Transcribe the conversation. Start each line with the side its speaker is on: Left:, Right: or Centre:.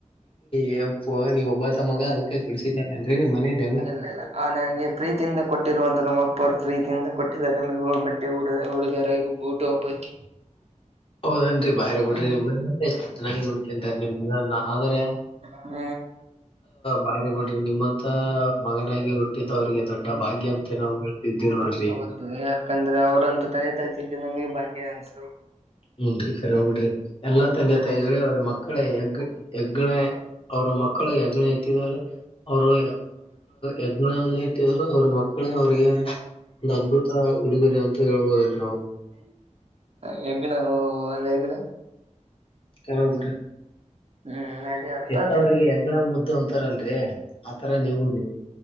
Left: ಯಾಪ್ಪೋ ನೀವ್ ಒಬ್ಬತ ಮಗ ಅದಕ್ಕೆ ಕೊಡಡ್ಸಿದಾರ ಅಲ್ರಿ ನಿಮ್ ಮನೆಲಿ ಎಲ್ಲ.
Right: ಇಲ್ಲ ಇಲ್ಲ ಆ ನಂಗೆ ಪ್ರೀತಿಯಿಂದ ಕೊಟ್ಟಿರುವಂತ ನಮ್ಮ ಅಪ್ಪ ಅವರು ಪ್ರೀತಿಯಿಂದ ಕೊಟ್ಟಿದಿದ್ದಾರೆ ನಮಗೆ ಬಟ್ಟೆ ಉಡುಗರೆ ಹಾಗಿ ಹುಟ್ಟುಹಬ್ಬಕ್ಕೆ.
Left: <inaudible> ಹೌದನ್ರಿ ಬಾರೀ ಬಿಡ್ರಿ
Right: ಹ್ಮ್
Left: ನಿಮ್ಮ ಮನೆ ಮತ್ತೆ ಚೆನ್ನಾಗಿ ನೋಡ್ಕಂತ ನಿಮ್ನ್ನ ಆದ್ರೆ.
Right: ಹ್ಮ
Left: ಬಾರಿ ಬಿಡ್ರಿ ನಿಮ್ಮಂತ ಮಗನಾಗಿ ಹುಟ್ಟಿದ್ದ ಅವ್ರಿಗೆ. ದೊಡ್ಡ ಭಾಗ್ಯ ಅಂತ ನಾವು ಹೇಳ್ತಿದ್ದೀವಿ ನೋಡ್ರಿ.
Right: ಹೌದು ಯಾಕಂದ್ರೆ ಅವ್ರಂತ ತಂದೆ ತಾಯಿ ಸಿಕ್ಕಿದು ನಮಗೆ ಭಾಗ್ಯ ಅನ್ನಿಸ್ತು
Left: ಹುನ್ರಿ ಕರಿ ಬಿಡ್ರಿ ಎಲ್ಲಾ ತಂದೆ ತಾಯಿಗಳೇ ಅವ್ರ ಮಕ್ಕಳ ಹೆಗ್ ಹೆಗ್ಗಣ. ಅವರು ಮಕ್ಕಳು ಯಜ್ಞ ಇಟ್ಟಿದ್ದಾರೆ ಅವರು ಯಜ್ಞ ಅವ್ರ ಮಕ್ಕಳೇ ಅವ್ರರಿಗೆ ಒಂದು ಅದ್ಭುತ ಉಡುಗೊರೆ ಅಂತ ಹೇಳ್ಬೋದ್ರೀ ನಾವು.
Right: ಹೆಗ್ನ ಒಂದು ಹೆಗ್ನ
Left: <unintelligible> ಬಿಡ್ರಿ
Right: ಹ್ಮ್ ಅದೇ ಅರ್ಥ
Left: ಹೆತ್ತವರಿಗೆ
Right: ಆತಿದೆ ಅದೇ
Left: ಹೆಗ್ಣ ಮುದ್ದು ಅಂತಾರಲ್ರರಿ ಆತರ ನೀವುರೀ